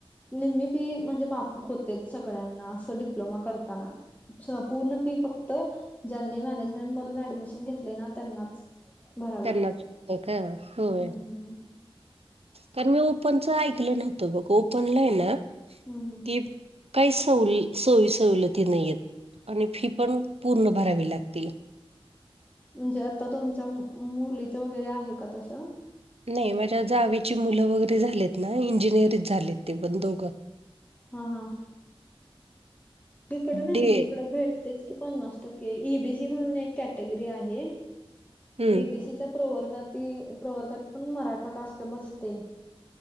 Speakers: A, on the left; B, on the right.
A: निम्मी फी म्हणजे माफ होते सगळ्यांना असं डिप्लोमा करताना. पूर्ण फी फक्त ज्यांनी मॅनेजमेंट मधून ऍडमिशन घेतले ना त्यांनाच भरावी
B: त्यांनाच
A: लागते.
B: फक्त का, होय.
A: हम्म हम्म.
B: कारण मी ओपनचं ऐकलं नव्हतं बघ, ओपनला आहे ना
A: हम् हम...
B: कि, काय सवली सोय -सवलती नाहीयेत. आणि फी पण पूर्ण भरावी लागती.
A: म्हणजे आता तुमच्या मुलीच वगैरे आहे का तसं?
B: नाही माझ्या जावेची मुलं वगैरे झालेत ना, इंजिनिअरीत झालेत ते पण दोघं
A: हा हा, इकडे नाही
B: डे
A: इकड भेटतयच. पन्नास टक्के, ईबीसी म्हणून एक कॅटेगरी आहे.
B: हम्म
A: इबीसी च्या प्रवर्गातील, प्रवर्गात पण मराठा कास्ट बसते.